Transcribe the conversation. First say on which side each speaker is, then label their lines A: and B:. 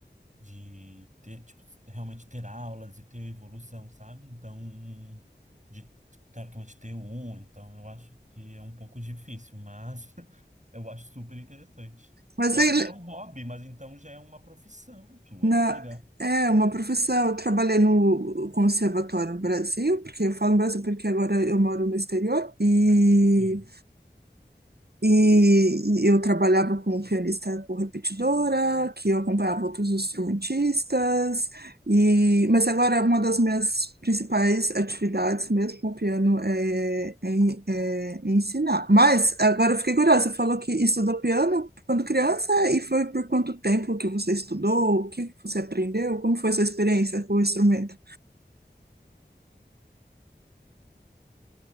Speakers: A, on the right; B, on the right.
A: de ter, tipo, realmente ter aulas e ter evolução, sabe? Então, de teoricamente ter um, então eu acho que é um pouco difícil, mas <laughs> eu acho super interessante.
B: Mas
A: Eu
B: aí,
A: achei que era um hobby, mas então já é uma profissão tua.
B: na,
A: Que legal.
B: é uma profissão. Eu trabalhei no conservatório no Brasil, porque eu falo no Brasil porque agora eu moro no exterior. E
A: Sim.
B: E eu trabalhava como pianista por repetidora, que eu acompanhava outros instrumentistas, e mas agora uma das minhas principais atividades mesmo com o piano é, é, é ensinar. Mas agora eu fiquei curiosa, você falou que estudou piano quando criança e foi por quanto tempo que você estudou, o que que você aprendeu, como foi sua experiência com o instrumento?